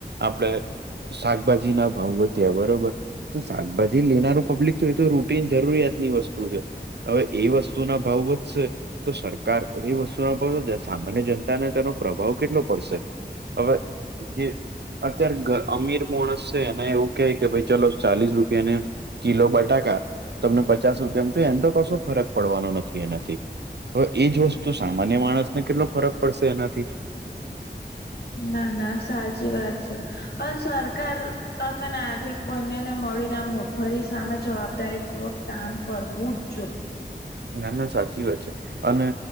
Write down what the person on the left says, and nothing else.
ના ના સાચી વાત છે પણ સરકાર તથા નાગરિક બંનેને મળીને મોંઘવારી સામે જવાબદારી પૂર્વક કામ કરવું <unintelligible>